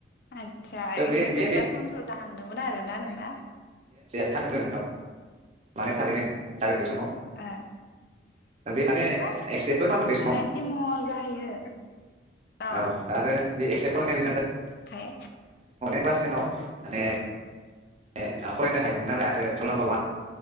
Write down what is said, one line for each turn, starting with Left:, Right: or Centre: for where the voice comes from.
Left: आतसा
Right: दा बे
Left: एसे
Right: बे
Left: गोसा
Right: बे
Left: सनस जाहांदोंमोन आरोना नोंना।
Right: थाथदों औ माने थारैनो जादों बे समाव
Left: ओ
Right: दा बे माने
Left: क्लास
Right: एक्सेप्टबो खालामदों बे समाव
Left: नाइन टेनाव जाहैयो अ
Right: औ दा आरो बे एक्सेप <unintelligible>
Left: फ्राय
Right: क्लास टेनाव माने ने फरायनो हायोमोन नालाय आरो रल नाम्बार वान